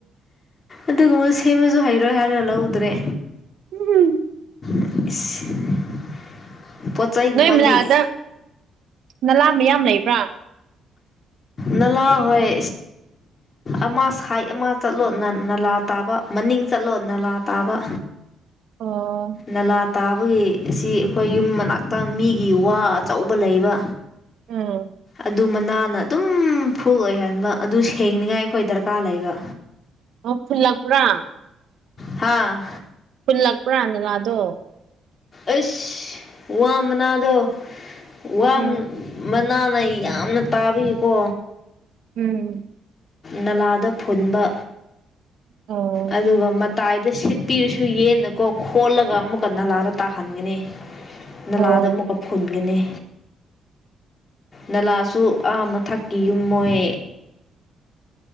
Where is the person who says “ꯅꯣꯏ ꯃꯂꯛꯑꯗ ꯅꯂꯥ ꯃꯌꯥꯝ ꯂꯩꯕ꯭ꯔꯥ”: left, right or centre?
Right